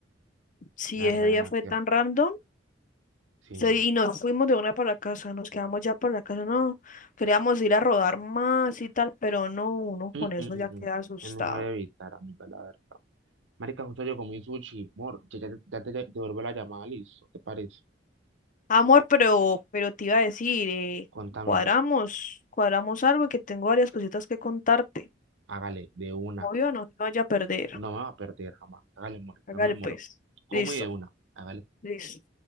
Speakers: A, on the left; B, on the right.
A: Sí,
B: La
A: ese
B: verdad,
A: día
B: demasiado.
A: fue tan random.
B: Sí.
A: Sí, y nos fuimos de una para la casa, nos quedamos ya para la casa, no, queríamos ir a rodar más y tal, pero no, uno con
B: Mm,
A: eso
B: mm, mm,
A: ya queda
B: mm.
A: asustado.
B: Es mejor evitar, amiga, la verdad. Marica, justo yo comí sushi. Mor, ya, ya- ya te devuelvo la llamada, listo. ¿Te parece?
A: Amor, pero, pero te iba a decir, eh,
B: Contámelo.
A: cuadramos, cuadramos algo que tengo varias cositas que contarte.
B: Hágale, de una.
A: Obvio, no te vaya a perder.
B: No me va a perder jamás. Hágale, mor.
A: Hágale
B: No me demoro.
A: pues.
B: Como
A: Listo,
B: y de una. Hágale.
A: listo.